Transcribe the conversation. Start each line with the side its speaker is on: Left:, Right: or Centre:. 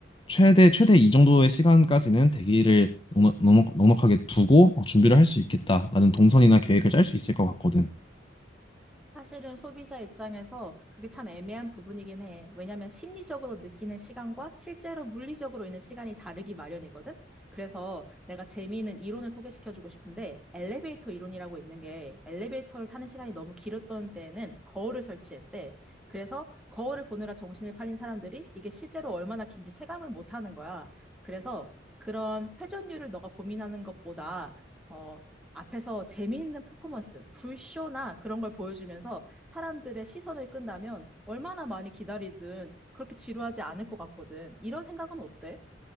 Left: 최대, 최대 이 정도의 시간까지는 대기를 넉넉, 넉넉- 하게 두고 어, 준비를 할 수 있겠다라는 동선이나 계획을 짤 수 있을 것 같거든.
Centre: 사실은 소비자 입장에서 그게 참 애매한 부분이긴 해. 왜냐하면 심리적으로 느끼는 시간과 실제로 물리적으로 있는 시간이 다르기 마련이거든. 그래서 내가 재미있는 이론을 소개시켜주고 싶은데 엘리베이터 이론이라고 있는 게 엘리베이터를 타는 시간이 너무 길었던 때에는 거울을 설치했대. 그래서 거울을 보느라 정신을 팔린 사람들이 이게 실제로 얼마나 긴지 체감을 못하는 거야. 그래서 그런 회전율을 너가 고민하는 것보다 어, 앞에서 재미있는 퍼포먼스, 불쇼나 그런 걸 보여주면서 사람들의 시선을 끈다면 얼마나 많이 기다리든 그렇게 지루하지 않을 것 같거든. 이런 생각은 어때?